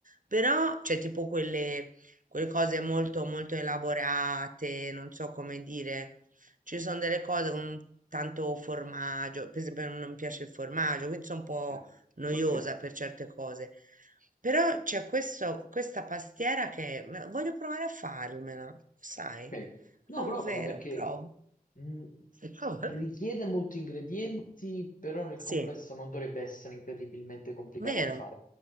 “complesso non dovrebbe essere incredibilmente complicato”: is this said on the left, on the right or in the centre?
Left